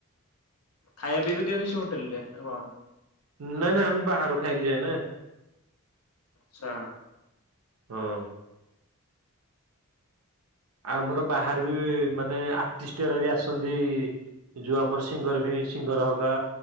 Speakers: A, on the left; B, on the right.
A: ଖାଇବା ପିଇବା ଦିଅନ୍ତି ସେ ହୋଟେଲରେ ନା କଣ?
B: ନାଁଇ ନାଁ, ଆମେ ବାହାରୁ ଖାଇକି ଯାଏ ନା।
A: ଆଚ୍ଛା।
B: ହଁ। ଆଉ ଆମର ବାହାରୁ ବି ମାନେ ଆର୍ଟିଷ୍ଟ ଗୁରା ବି ଆସନ୍ତି। ଯୋଉ ଆମର ସିଙ୍ଗର ଫି ସିଙ୍ଗର ହକା